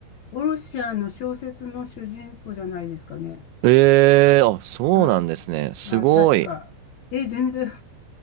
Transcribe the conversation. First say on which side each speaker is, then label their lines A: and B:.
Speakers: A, on the left (about 75°); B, on the right (about 80°).
A: ロシアの小説の主人公じゃないですかね。
B: えー、あ、そうなんですね。
A: あ、
B: すごい。
A: あ、確か。え、全然、